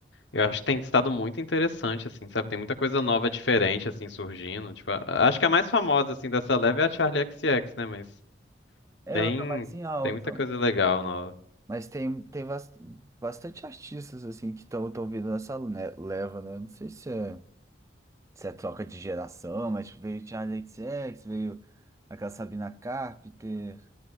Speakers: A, on the left; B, on the right.
A: Eu acho que tem estado muito interessante, assim, sabe? Tem muita coisa nova, diferente, assim, surgindo. Tipo, a- acho que a mais famosa, assim, dessa leve é a Charli X, C X, né? Mas
B: É,
A: tem,
B: ela tá mais em alta.
A: tem muita coisa legal nova.
B: Mas tem, tem bas- bastante artistas, assim, que estão tão vindo nessa ne- leva, né? Não sei se é, se é troca de geração, mas tipo, veio Charli XCX, veio aquela Sabina Carpenter.